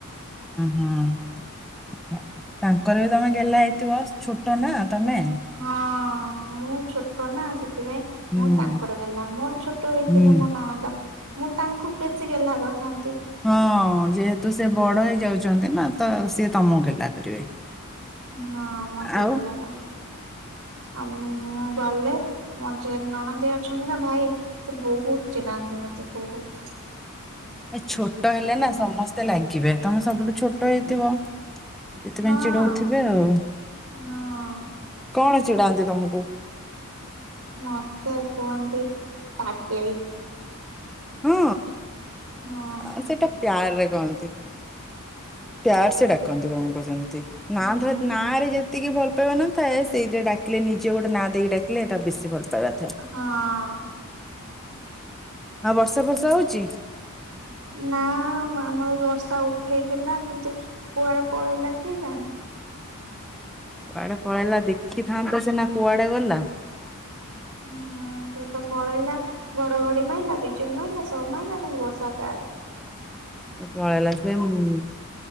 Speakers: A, in the centre; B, on the right.
A: ହୁଁ ହୁଁ। ତାଙ୍କର ବି ତମେ ଗେହ୍ଲା ହେଇଥିବ ଛୋଟ ନା ତମେ?
B: ହଁ-ଅ-ଅ-ଅ ମୁଁ ଛୋଟ ନା ସେଥିପାଇଁ
A: ହୁଁ
B: ମୁଁ ତାଙ୍କର ଗେହ୍ଲା ମୋର ଛୋଟ ହେଇଥିଲେ
A: ହୁଁ
B: ମୋ ନଣନ୍ଦ ମୁଁ ତାଙ୍କୁ ବେଶୀ ଗେହ୍ଲା କରିଥାନ୍ତି।
A: ହଁ-ଅ-ଅ ଯେହେତୁ ସେ ବଡ ହେଇ ଯାଉଛନ୍ତି ନା ତ ସିଏ ତମକୁ ଗେହ୍ଲା କରିବେ।
B: ହଁ ମତେ
A: ଆଉ
B: ଗେଲ କରନ୍ତି। ଆଉ ମୁଁ ଗଲେ ମୋର ଯେ ନଣନ୍ଦେଇ ଅଛନ୍ତି ନା ଭାଇ ସେ ବହୁତ ଚିଡ଼ାନ୍ତି ମତେ ବହୁତ।
A: ଏ ଛୋଟ ହେଲେ ନା ସମସ୍ତେ ଲାଗିବେ ତମେ ସବୁଠୁ ଛୋଟ ହେଇଥିବ। ସେଥିପାଇଁ
B: ହଁ।
A: ଚିଡଉଥିବେ ଆଉ।
B: ହଁ
A: କଣ ଚିଡାନ୍ତି ତମକୁ?
B: ମୋତେ କୁହନ୍ତି ପାଗେଳି।
A: ହଁ
B: ହଁ
A: ଆ ସେଇଟା ପ୍ୟାରରେ କହନ୍ତି। ପ୍ୟାର ସେ ଡାକନ୍ତି ତମକୁ ସେମିତି। ତି ନା
B: ହୁଁ
A: ଧ ନାଁରେ ଯେତିକି ଭଲ ଭଲ ପାଇବା ନଥାଏ ସେଇଟା ଡାକିଲେ ନିଜେ ଗୋଟେ ନାଁ ଦେଇକି ଡାକିଲେ ଏଟା ବେଶୀ ଭଲ ପାଇବା ଥାଏ।
B: ହଁ।
A: ଆଉ ବର୍ଷା ଫର୍ଷା ହଉଛି?
B: ନା ଆମର ବର୍ଷା ଉଠେଇଥିଲା କିନ୍ତୁ କୁଆଡେ ପଳେଇଲା କିଏ ଜାଣେ?
A: କୁଆଡେ ପଳେଇଲା ଦେଖିଥାନ୍ତ ସିନା କୁଆଡେ ଗଲା।
B: ହୁଁ ସେତ ପଳେଇଲା ଘଡ ଘଡି ମାଇଲା ବିଜୁଳି ମାଇଲା ସବୁ ମାଇଲା କିନ୍ତୁ ବର୍ଷା ଗାଏବ।
A: ପଳେଇଲା ସେ-ଏ-ଏମ୍।